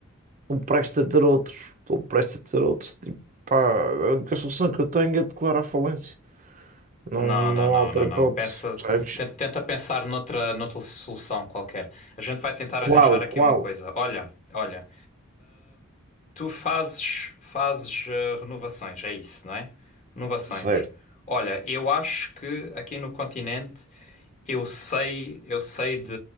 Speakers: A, on the right (about 35°); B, on the left (about 35°).
A: Estou prestes a ter outros. Estou prestes a ter outros. Tipo, pá, a única solução que eu tenho é declarar falência. Não,
B: Não,
A: não
B: não, não,
A: há outra
B: não,
A: hipótese,
B: não. Pensa,
A: percebes?
B: tenta, tenta pensar noutra, noutra solução qualquer. A gente vai tentar
A: Qual?
B: arranjar aqui
A: Qual?
B: uma coisa. Olha, olha. Tu fazes, fazes eh, renovações, é isso, não é? Renovações.
A: Certo.
B: Olha, eu acho que aqui no continente eu sei, eu sei de